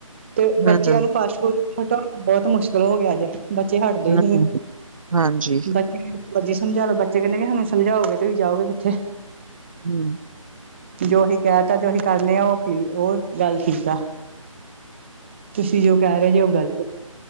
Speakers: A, on the right (about 20°); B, on the right (about 75°).
A: ਤੇ ਬੱਚਿਆਂ
B: ਹੂੰ-ਹੂੰ,
A: ਨੂੰ ਫਾਸਟ ਫੂਡ ਹਟਾਉਣ ਬਹੁਤ ਮੁਸ਼ਕਿਲ ਹੋ ਗਿਆ ਜੇ। ਬੱਚੇ ਹਟਦੇ
B: ਹੂੰ-ਹੂੰ,
A: ਨੀ ਗੇ।
B: ਹਾਂਜੀ।
A: ਮਰਜੀੀ ਸਮਝਾ ਲੋ ਬੱਚੇ ਕਹਿੰਦੇ ਕਿ ਸਾਨੂੰ ਸਮਝਾਓਗੇ ਤੁਸੀਂ ਜਾਓਗੇ ਕਿੱਥੇ।
B: ਹੂੰ।
A: ਜੋ ਅਸੀਂ ਕਹਿ ਤਾ ਜੋ ਅਸੀਂ ਕਰਨੇ ਆ ਉਹ ਗੱਲ ਠੀਕ ਆ। ਤੁਸੀਂ ਜੋ ਕਹਿ ਰਹੇ ਜੇ ਅੋ ਗੱਲਤ।